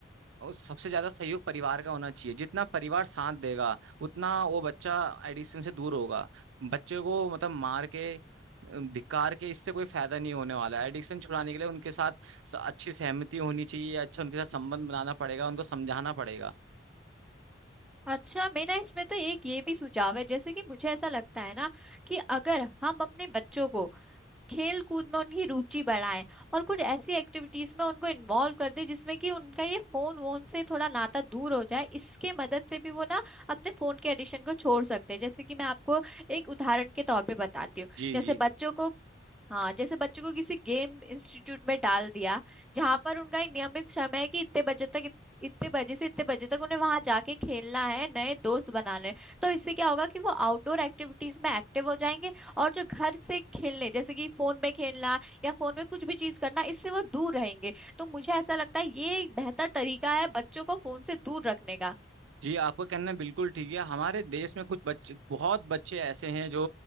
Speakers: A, on the right; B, in the centre.
A: और सबसे ज्यादा सहयोग परिवार का होना चाहिए जितना परिवार साथ देगा उतना वो बच्चा एडिक्शन से दूर होगा बच्चे को मतलब मार के अम, धिक्कार के इससे कोई फायदा नहीं होने वाला है एडिक्शन छुड़ाने के लिए उनके साथ स- अच्छी सहमति होनी चाहिए अच्छा उनके साथ संबंध बनाना पड़ेगा उनको समझाना पड़ेगा
B: अच्छा मेरा इसमें तो एक ये भी सुझाव है जैसे कि मुझे ऐसा लगता है ना कि अगर हम अपने बच्चों को खेल कूद में उनकी रुचि बढ़ाएं और कुछ ऐसी एक्टिविटीज में उनको इन्वॉल्व कर दें जिसमें कि उनका ये फोन वोन से थोड़ा नाता दूर हो जाए इसके मदद से भी वो ना अपने फोन के एडिक्शन को छोड़ सकते हैं जैसे कि मैं आपको एक उदाहरण के तौर पे बताती हूँ
A: जी
B: जैसे
A: जी
B: बच्चों को हाँ जैसे बच्चों को किसी गेम इंस्टीट्यूट में डाल दिया जहां पर उनका एक नियमित समय है कि इतने बजे तक इत- इतने बजे से इतने बजे तक उन्हें वहां जाके खेलना है नए दोस्त बनाने हैं। तो इससे क्या होगा कि वो आउटडोर एक्टिविटीज में एक्टिव हो जाएंगे और जो घर से खेलने जैसे कि फोन में खेलना या फोन में कुछ भी चीज करना इससे वो दूर रहेंगे तो मुझे ऐसा लगता है ये एक बेहतर तरीका है बच्चों को फोन से दूर रखने का
A: जी आपका कहना बिल्कुल ठीक है हमारे देश में कुछ बच्चे बहुत बच्चे ऐसे हैं जो